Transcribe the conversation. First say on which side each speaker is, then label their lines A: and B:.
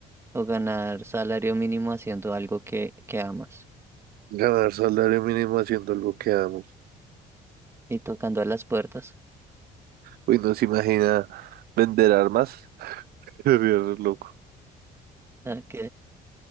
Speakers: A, on the right; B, on the right.
A: o ganar salario mínimo haciendo algo que, que amas
B: ganar salario mínimo haciendo algo que amo.
A: y tocando a las puertas.
B: Uy, no se imagina vender armas. <laughs> Sería re loco.
A: Ok,